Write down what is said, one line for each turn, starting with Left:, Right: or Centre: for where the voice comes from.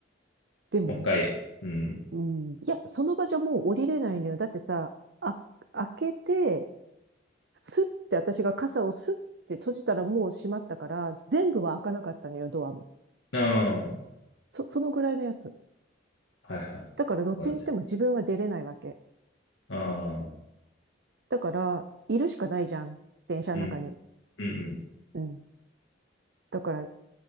Right: でも、
Left: もう一回、うん。
Right: うん。いや、その場じゃもう降りれないのよ。だってさ、あ、開けて、スッて私が傘をスッって閉じたらもう閉まったから、全部は開かなかったのよ、ドアも。
Left: ああ、
Right: そ、そのぐらいのやつ。
Left: はいはい。
Right: だからどっちにしても自分は出れないわけ。
Left: そうだね。ああ、
Right: だから、いるしかないじゃん。電車の中に。
Left: うん、うん、うん。
Right: うん。だから、